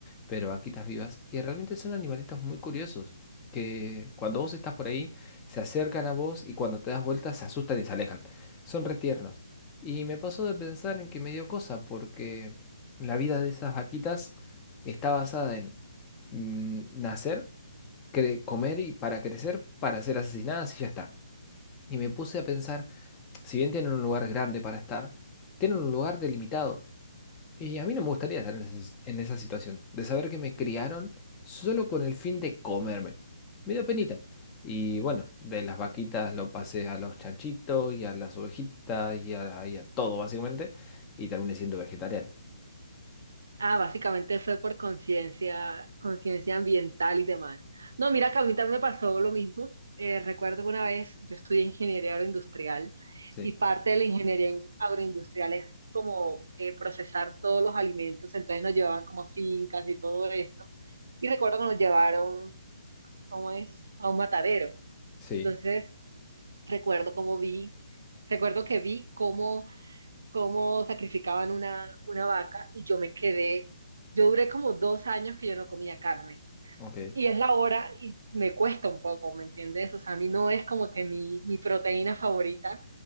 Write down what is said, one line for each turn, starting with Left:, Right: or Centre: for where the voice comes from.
Left: pero vaquitas vivas. Y realmente son animalitos muy curiosos que cuando vos estás por ahí se acercan a vos y cuando te das vuelta se asustan y se alejan. Son retiernos y me pasó de pensar en que me dio cosa, porque la vida de esas vaquitas está basada en mm, nacer, cre- comer y para crecer, para ser asesinadas y ya está. Y me puse a pensar, si bien tienen un lugar grande para estar, tienen un lugar delimitado. Y a mí no me gustaría estar en esa, en esa situación, de saber que me criaron solo con el fin de comerme. Me dio penita. Y bueno, de las vaquitas lo pasé a los chanchitos y a las ovejitas y a, y a todo básicamente, y terminé siendo vegetariano.
Right: Ah, básicamente fue por conciencia, conciencia ambiental y demás. No, mira que a mí también me pasó lo mismo. Eh, recuerdo que una vez yo estudié ingeniería agroindustrial
Left: Sí,
Right: y parte de la ingeniería in- agroindustrial es como eh, procesar todos los alimentos. Entonces nos llevaban como a fincas y todo esto. Y recuerdo que nos llevaron, ¿cómo es? A un matadero.
Left: sí,
Right: Entonces recuerdo cómo vi, recuerdo que vi cómo cómo sacrificaban una, una vaca y yo me quedé, yo duré como dos años que yo no comía carne.
Left: ok.
Right: Y es la hora y me cuesta un poco, ¿me entiendes? O sea, a mí no es como que mi, mi proteína favorita.